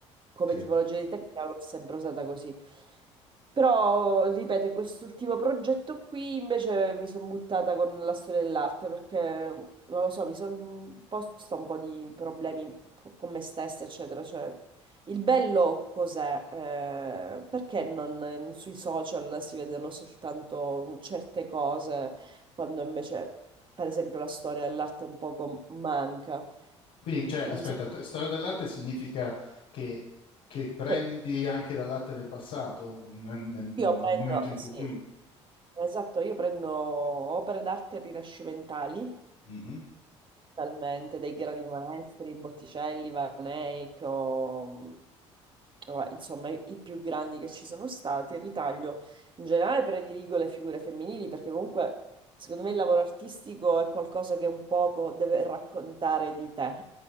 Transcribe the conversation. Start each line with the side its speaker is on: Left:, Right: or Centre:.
Right: Come
Left: Sì.
Right: tipologia di tecnica l'ho sempre usata così. Però, ripeto, in quest'ultimo progetto qui invece mi sono buttata con la storia dell'arte perché non lo so, mi sono posta un po' di problemi co- con me stessa, eccetera. Cioè, il bello cos'è? Eh, perché non sui social si vedono soltanto certe cose, quando invece, per esempio, la storia dell'arte un poco manca.
Left: Quindi, cioè,
Right: Quindi
Left: aspetta,
Right: mi sono-
Left: t- storia dell'arte significa che, che prendi
Right: eh,
Left: anche dall'arte del passato, nel, nel- nel
Right: io prendo,
Left: momento in cui...
Right: sì,
Left: mm,
Right: Esatto, io prendo opere d'arte rinascimentali,
Left: mhm.
Right: talmente, dei grandi maestri, Botticelli, Van Eyck, o- mm, vabbè, insomma i, i più grandi che ci sono stati, ritaglio. In generale prediligo le figure femminili perché comunque secondo me il lavoro artistico è qualcosa che un poco deve raccontare di te.